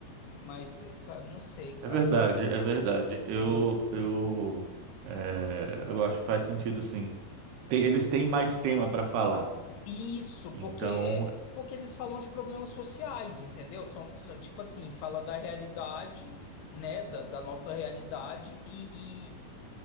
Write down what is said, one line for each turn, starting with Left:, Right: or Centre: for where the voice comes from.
Left: mas, cara, não sei, cara.
Right: É verdade, é verdade. Eu,
Left: Hum,
Right: eu, é, eu acho que faz sentido, sim. Tem- eles têm mais tema para falar.
Left: Isso,
Right: Então,
Left: porque é, porque eles falam de problemas sociais, entendeu? São, são, tipo assim, fala da realidade, né, da, da nossa realidade e, e,